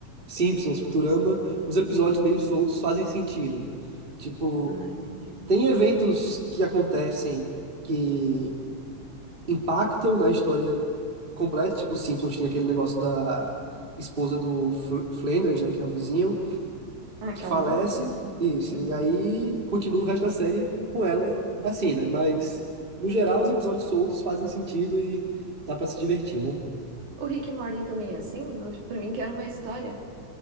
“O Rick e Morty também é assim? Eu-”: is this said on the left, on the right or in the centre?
Right